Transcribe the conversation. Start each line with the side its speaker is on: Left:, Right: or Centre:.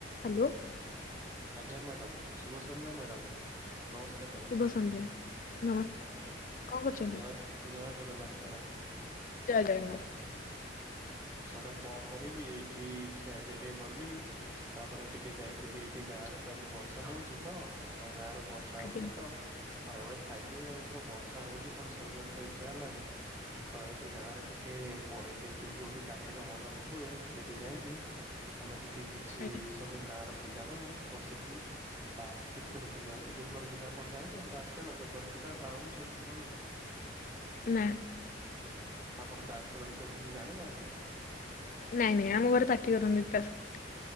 Left: Hello.
Right: ଆଜ୍ଞା madam, ଶୁଭ ସନ୍ଧ୍ୟା ମ୍ୟାଡ଼ାମ। ନମସ୍କାର ମ୍ୟା
Left: ଶୁଭ ସନ୍ଧ୍ୟା ନମସ୍କାର। କଣ କରୁଛନ୍ତି?
Right: ଜୟ ଜୟ ଜଗନ୍ନାଥ ମ୍ୟାଡମ୍।
Left: ଜୟ ଜଗନ୍ନାଥ।
Right: ମ୍ୟାଡାମ କଁ କରିବି ଏଇଠି କଖିଆ ପିଆ ଟିକେ କଲି। ତାପରେ ଟିକେ ଯାଇଥିଲି ଏଇଠି ଗାଁ ରେ ତ ଆଜି ବର୍ଷା ହଉଛି ତ ତ ଗାଁ ରେ ବର୍ଷା
Left: ଆଜ୍ଞା
Right: ହଉଛି ତ ଖରାବେଳେ ଖାଇଦେଇ ଆଉ ତ ବର୍ଷା ହଉଛି କଣ ଶୋଇବାକୁ ତ ଇଚ୍ଛା ହେଲାନି। ତ ଏଇଠି ଗାଁ ରେ ଟିକେ ପଳେଇ ଯାଇଥିଲି ଯୋଉଠି କାର୍ତ୍ତିକ ମଣ୍ଡପ ହୁଏ ସେଠି ଯାଇକି ଆମେ ଟିକେ କିଛି
Left: ଆଜ୍ଞା
Right: ସବୁ ଗାଁ ର ପିଲାମାନେ ବସିକି ତାସ ଟିକେ ଖେଳୁଥିଲୁ ଆଉ ଜୋକର ପିଟା ଆପଣ ଜାଣିଛନ୍ତି ତାସ ଖେଳ ଜୋକର ପିଟା ବାଉନ ସବୁ ଖେଳନ୍ତି?
Left: ନା।
Right: ଆପଣ ତାସ ଖେଳ ବିଷୟରେ କିଛି ଜାଣିନାହାନ୍ତି?
Left: ନାଇଁ ନାଇଁ ଆମ ଘରେ ପାଟି କରନ୍ତି ତାସ ଖେ